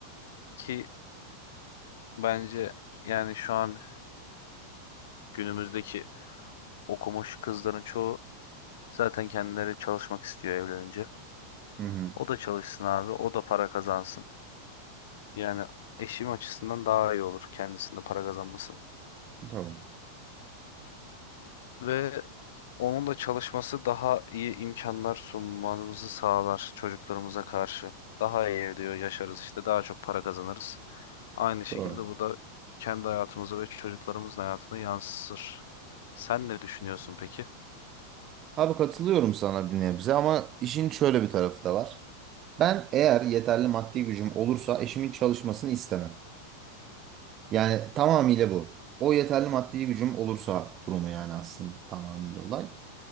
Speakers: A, on the left; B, on the right.
A: ki bence yani şu an günümüzdeki okumuş kızların çoğu zaten kendileri çalışmak istiyor evlenince.
B: Hı hı.
A: O da çalışsın abi, o da para kazansın. Yani eşim açısından daha iyi olur kendisinde para kazanması.
B: Tamam.
A: Ve onun da çalışması daha iyi imkanlar sunmamızı sağlar çocuklarımıza karşı. Daha iyi diyor yaşarız işte daha çok para kazanırız. Aynı şekilde
B: Doğru.
A: bu da kendi hayatımıza ve çocuklarımızın hayatını yansır Sen ne düşünüyorsun peki?
B: Abi katılıyorum sana bir nebze ama işin şöyle bir tarafı da var. Ben eğer yeterli maddi gücüm olursa eşimin çalışmasını istemem. Yani tamamıyla bu. O yeterli maddi gücüm olursa durumu yani aslında tamamıyla olay.